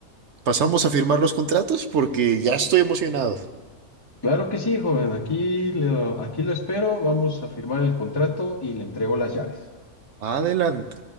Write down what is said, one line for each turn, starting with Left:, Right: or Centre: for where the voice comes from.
Right: pasamos a firmar los contratos porque ya estoy emocionado.
Left: Claro que sí, joven. Aquí lo, aquí lo espero. Vamos a firmar el contrato y le entrego las llaves.
Right: Adelante.